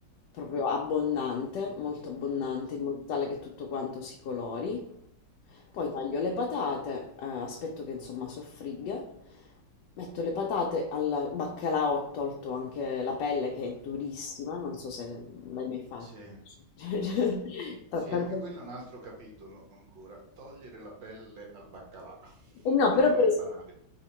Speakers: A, on the left; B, on the right.
A: proprio
B: mm,
A: abbondante, molto abbondante,
B: sì.
A: in modo tale che tutto quanto si colori. Poi
B: Mm.
A: taglio le patate, eh, aspetto che insomma soffrigga, metto le patate al baccalà, ho tolto anche la pelle che è durissima, non so se l'hai mai fatto.
B: Sì,
A: <laughs>
B: sì.
A: Ta-
B: Sì,
A: tante-
B: anche quello è un altro capitolo ancora. Togliere la pelle al baccalà, <laughs>
A: E no,
B: che
A: però
B: non
A: per
B: è
A: esempio,
B: banale.